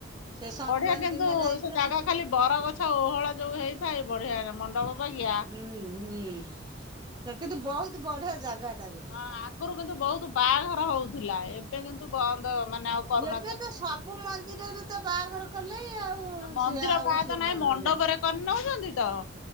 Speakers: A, on the right; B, on the left.
A: ସେ ସଂକ୍ରାନ୍ତି
B: ବଢିଆ କିନ୍ତୁ
A: ଦିନ ଯାଇଥିଲେ
B: ସେ ଜାଗା ଖାଲି ବରଗଛ ଓହଳ ଯୋଉ ହେଇଥାଏ ବଢିଆ ମଣ୍ଡପ ବାଗିଆ
A: ହୁଁ ହୁଁ ସେ କିନ୍ତୁ ବହୁତ ବଢିଆ ଜାଗା। ଟା କିନ୍ତୁ
B: ହଁ ଆଗରୁ କିନ୍ତୁ ବହୁତ ବାହାଘର ହଉଥିଲା ଏବେ କିନ୍ତୁ ବନ୍ଦ ମାନେ ଆଉ କରୁନାହାନ୍ତି।
A: ଏବେ ତ ସବୁ ମନ୍ଦିରରେ ତ ବାହାଘର କଲେ। ଆଉ
B: ନା ମନ୍ଦିର
A: ସିଏ ଆଉ
B: ପାହା
A: ସେ
B: ତ ନାହିଁ
A: ମନ୍ଦିର
B: ମଣ୍ଡପରେ କରି ନଉଚନ୍ତି ତ